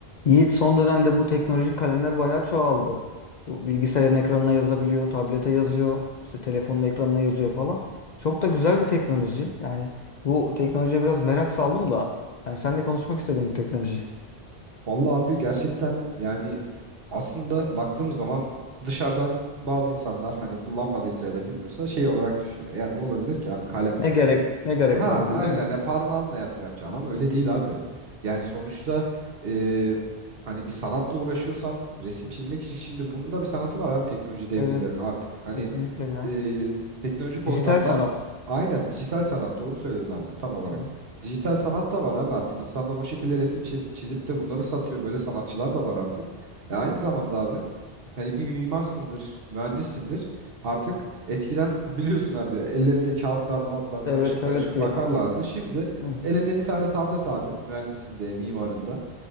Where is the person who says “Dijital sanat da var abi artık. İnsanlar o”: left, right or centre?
Right